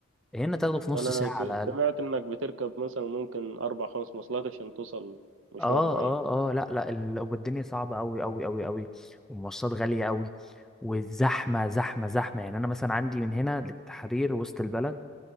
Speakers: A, in the centre; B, on the right.
A: هنا تاخده في نص
B: انا
A: ساعة
B: س-
A: على الأقل
B: سمعت انك بتركب مثلا ممكن اربع خمس مواصلات عشان توصل مشوار
A: اه
B: معين
A: اه اه لا لا ال- والدنيا صعبة أوي أوي أوي أوي والمواصلات غالية أوي والزحمة زحمة زحمة يعني أنا مثلا عندي من هنا للتحرير وسط البلد